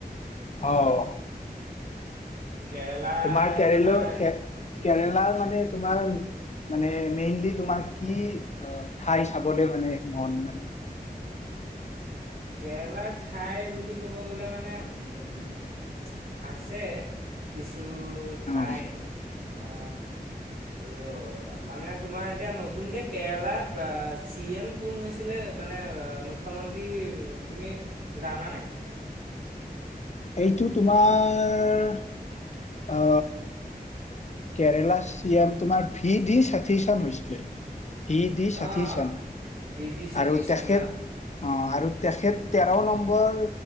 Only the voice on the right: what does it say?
আ,
কেৰেলাৰ
তোমাৰ
কেৰেলাৰ ঠাই বুলি ক'ব গ'লে মানে উম আছে কিছু। টো ঠাই
অ। ৰবা, মানে তোমাৰ এতিয়া ন নতুনকে কেৰেলাৰ চি এম কোন হৈছিলে? মানে মুখ্যমন্ত্ৰী তুমি জানানে?
অঁ
ভি ডি সতীশন
না